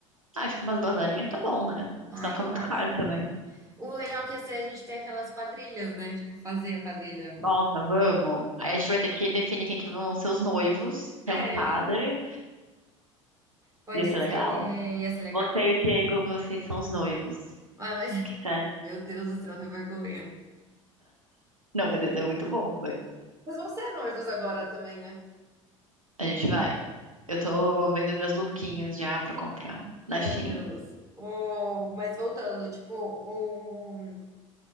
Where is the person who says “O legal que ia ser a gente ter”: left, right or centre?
Right